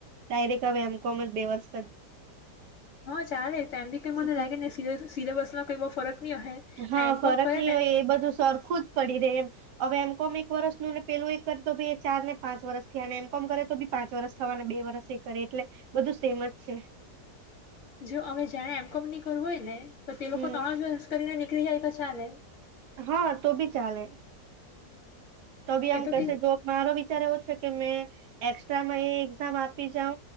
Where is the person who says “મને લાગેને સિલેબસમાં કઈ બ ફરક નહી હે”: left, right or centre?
Left